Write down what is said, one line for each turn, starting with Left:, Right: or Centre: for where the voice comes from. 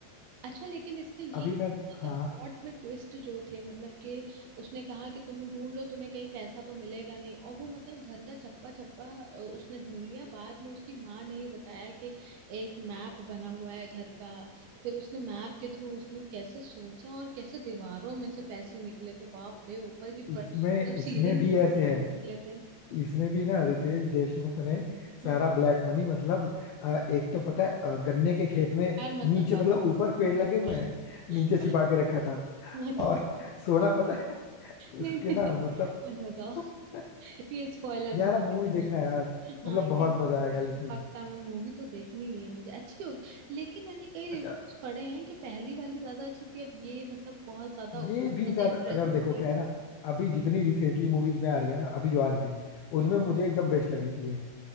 Right: अच्छा लेकिन इसका ये
Left: अभी मैं
Right: मतलब
Left: हाँ
Right: प्लॉट में ट्विस्ट जो थे मतलब कि उसने कहा कि तुम ढूंढ लो तुम्हें कहीं पैसा तो मिलेगा नहीं और वो मतलब घर का चप्पा चप्पा अ, उसने ढूंढ लिया बाद में उसकी माँ ने ही बताया कि एक मैप बना हुआ है घर का फिर उसने मैप के थ्रू उसने कैसे सोचा और कैसे दीवारों में से पैसे निकले थे बाप रे ऊपर की
Left: इसमें
Right: पर मतलब
Left: इसमें
Right: सीलिंग
Left: भी
Right: में से
Left: ऐसे
Right: पैसे
Left: है
Right: निकले थे
Left: इसमें भी ना रितेश देशमुख ने सारा
Right: हम्म
Left: ब्लैक मनी मतलब अ, एक तो पता है अ, गन्ने के खेत में
Right: यार मत
Left: नीचे
Right: बताओ
Left: मतलब ऊपर पेड़
Right: मत
Left: लगे हुए हैं
Right: बताओ
Left: नीचे छिपा के
Right: <laughs>
Left: रखा था
Right: मत-
Left: और सोना पता है
Right: नहीं
Left: उसके
Right: नहीं
Left: ना
Right: नहीं,
Left: मतलब
Right: मत बताओ
Left: <laughs>
Right: ये स्पॉइलर होता
Left: यार मूवी
Right: है
Left: देखना है यार मतलब
Right: हाँ कि
Left: बहुत मजा
Right: देखूं।
Left: आएगा लिटरली
Right: पक्का मैं मूवी तो देखनी ही है मुझे अच्छी होगी लेकिन मैंने कई
Left: अच्छा
Right: रिव्यूज पढ़े हैं कि पहली वाली ज्यादा अच्छी थी अब ये मतलब बहुत ज्यादा
Left: ये
Right: ज्यादा
Left: भी साथ
Right: इंटरेस्टिंग
Left: अगर देखो
Right: नहीं
Left: क्या है
Right: है
Left: ना अभी जितनी रिसेंटली मूवीज में आ रही है ना अभी जो आ रही है
Right: हम्म,
Left: उनमें मुझे एकदम बेस्ट लगी थी ये